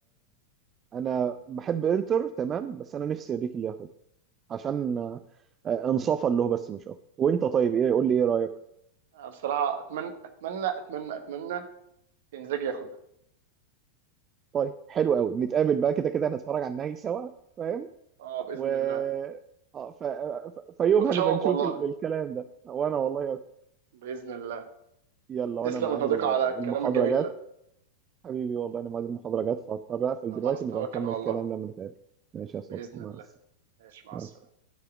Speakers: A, on the right; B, on the right.
A: انا بحب انتر تمام بس انا نفسي اريكي اللي ياخدها عشان آه انصافا له بس مش اكتر وانت طيب ايه قول لي ايه رايك
B: أنا بصراحه اتمنى اتمنى اتمنى اتمنى انزاجي ياخدها
A: طيب حلو قوي نتقابل بقى كده كده هنتفرج على النهائي سوا فاهم
B: اه باذن
A: و
B: الله
A: اه ف... ف... فيوم
B: متشوق
A: هنبقى نشوف
B: والله
A: ال- الكلام ده وانا والله أكتر.
B: باذن الله
A: يلا وانا
B: تسلم
A: ميعاد
B: يا صديقي
A: ال-
B: على الكلام
A: المحاضره
B: الجميل
A: جت
B: ده
A: حبيبي والله أنا ميعاد المحاضرة جت فهضطر أقفل
B: خلاص
A: دلوقتي
B: توكل
A: نبقى نكمل
B: على الله
A: كلام لما نتقابل ماشي يا صديقي
B: باذن
A: مع
B: الله
A: السلامة
B: ماشي مع
A: مع
B: السلامه
A: السلامة